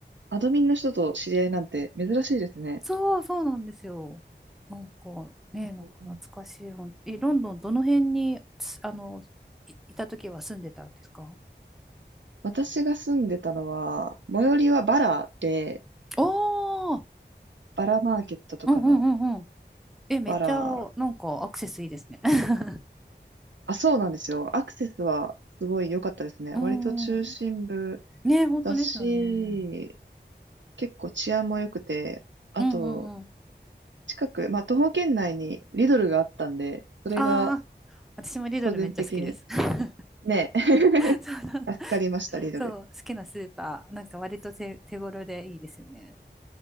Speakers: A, on the right; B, in the centre.
A: アドミンの人と知り合いなんて珍しいですね。
B: そう、そうなんですよ。なんかね、
A: うん
B: なんか懐かしい。ほんえ、ロンドンどの辺に、つあの、い、いた時は住んでたんですか
A: 私が住んでたのは、最寄りはバラで、
B: おー、
A: バラマーケットとかの
B: うんうんうんうん。え、めっちゃ、
A: バラ、
B: なんかアクセスいいですね。<laughs>
A: あ、そうなんですよ。アクセスはすごい良かったですね。
B: うん。
A: 割と中心部
B: ね、本当ですよね。
A: だし、結構治安も良くて、あと、
B: うんうんうん。
A: 近く、まあ、徒歩圏内にリドルがあったんで、それが
B: ああ、私もリドルめっちゃ好きです。
A: 個人的に
B: <laughs>
A: ね、<laughs>
B: そうそう、
A: 助かりました、リドル。
B: そう好きなスーパー、なんか割と手、手頃でいいですよね。